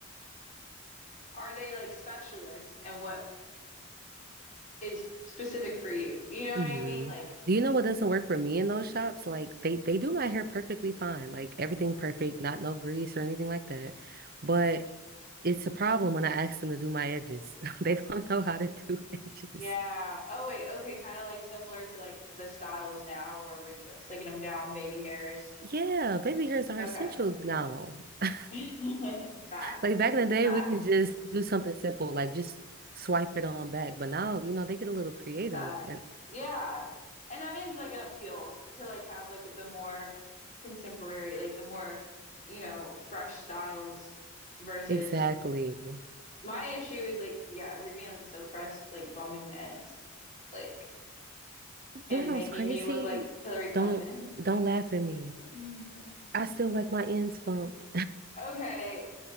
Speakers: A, on the left (about 35°); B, on the right (about 45°).
A: are they like specialists and what is specific for you? You know
B: hmm
A: what I mean? Like,
B: Do you know what doesn't work for me in those shops? Like they they do my hair perfectly fine, like everything perfect, not no grease or anything like that. But it's a problem when I ask them to do my edges. <laughs> They don't know how to do <laughs> edges.
A: yeah. Oh wait, okay, kind of like similar to like the styles now where we're like slicking them down, baby hairs.
B: Yeah, baby hairs are
A: Okay.
B: essential now. <laughs>
A: <laughs> Facts,
B: Like back in the day,
A: facts,
B: we could just do something simple, like just swipe it on back. But now, you know, they get a little creative
A: facts.
B: and
A: Yeah. And that is like an appeal to like have like the more contemporary, like the more, you know, fresh styles versus
B: exactly.
A: my issue is like, yeah, if you're getting like a silk press, like bumping the ends, like
B: You
A: and
B: know
A: making
B: what's crazy?
A: me look like Hillary Clinton.
B: Don't don't laugh at me.
A: <laughs>
B: I still like my ends bumped.
A: Okay.